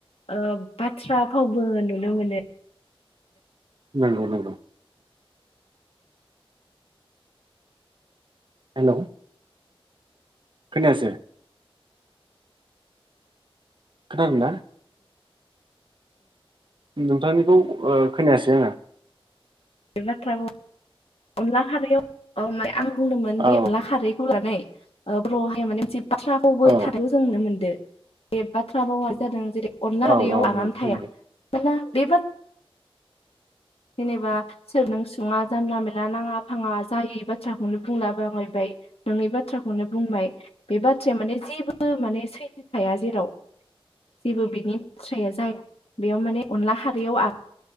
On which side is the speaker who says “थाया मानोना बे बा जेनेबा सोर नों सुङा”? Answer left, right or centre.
Left